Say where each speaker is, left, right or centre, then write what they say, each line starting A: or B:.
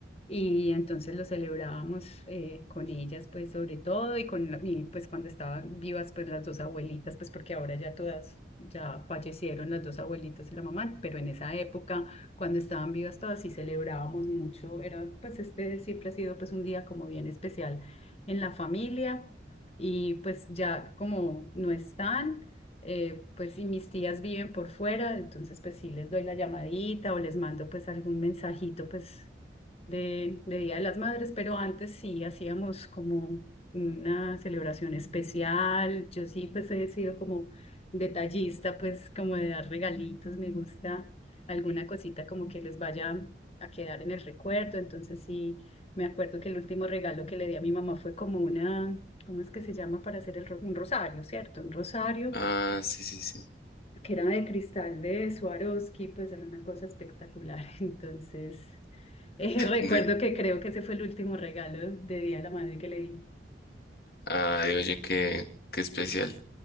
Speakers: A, on the left; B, on the left.
A: y entonces lo celebrábamos eh, con ellas, pues sobre todo, y con la- y, pues cuando estaban vivas, pues las dos abuelitas, pues porque ahora ya todas, ya fallecieron las dos abuelitas y la mamá, pero en esa época, cuando estaban vivas todas, sí celebrábamos mucho, era pues este siempre ha sido pues un día como bien especial en la familia, y pues ya como no están. eh, pues y mis tías viven por fuera, entonces pues sí les doy la llamadita o les mando pues algún mensajito pues de, de Día de las Madres, pero antes sí hacíamos como una celebración especial. Yo sí, pues he sido como detallista, pues como de dar regalitos, me gusta alguna cosita como que les vaya a quedar en el recuerdo. Entonces sí, me acuerdo que el último regalo que le di a mi mamá fue como una... ¿Cómo es que se llama para hacer el ro- un rosario, cierto? Un rosario
B: Ah, sí, sí, sí.
A: que era de cristal de Swarovski, pues era una cosa espectacular. <laughs> Entonces, eh, <laughs> recuerdo
B: De,
A: que creo que ese fue el último regalo de Día de la Madre que le di.
B: ay, oye, qué, qué especial.